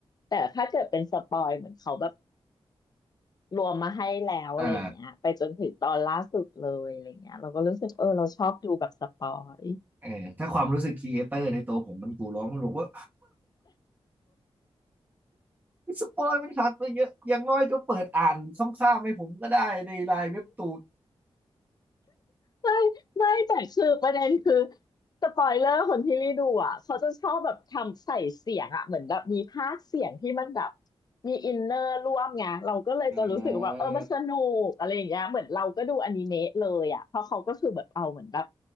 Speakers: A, on the left; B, on the right.
A: แต่ถ้าเกิดเป็นสปอยเหมือนเขาแบบรวมมาให้แล้วอะไรอย่างเงี้ยไปจนถึงตอนล่าสุดเลยอะไรอย่างเงี้ยเราก็รู้สึกเออเราชอบดูแบบสปอย
B: อ่าเออถ้าความรู้สึกครีเอเตอร์ในตัวผมมันกูร้องมันบอกว่า มันสปอยล์มันขาดไปเยอะอย่างน้อยก็เปิดอ่านซ้ำๆให้ผมก็ได้ในไลน์เว็บตูน
A: ไม่ไม่แต่คือประเด็นคือสปอยเลอร์คนที่รีดูอ่ะเขาจะชอบแบบทำใส่เสียงอ่ะเหมือนแบบมีพากย์เสียงที่มันแบบมีอินเนอร์ร่วมไงเราก็เลยจะรู้สึกว่าเออมันสนุกอะไรอย่างเงี้ยเหมือนเราก็ดูอนิเมะเลยอ่ะเพราะเขาก็คือแบบเอาเหมือนแบบ
B: <laughs> เออ